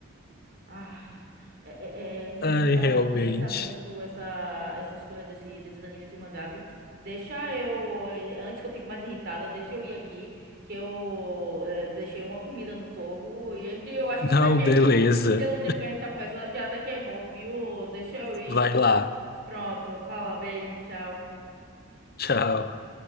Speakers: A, on the right (about 50°); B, on the left (about 45°).
A: Ah, é, é- é, me
B: Ai,
A: irrita,
B: realmente.
A: me irrita muito essa, essas coisas desse, desses animes, desse mangá, viu? Deixa eu, eh, antes que eu fique mais irritada, deixa eu ir aqui, que eu eh, deixei uma comida no fogo e <laughs> eu acho
B: Não,
A: que já queimou.
B: beleza.
A: Pelo tempo que a gente tá conversando, acho que até queimou, viu? Deixa eu ir.
B: Vai lá.
A: Pronto, fala, beijo, tchau.
B: Tchau.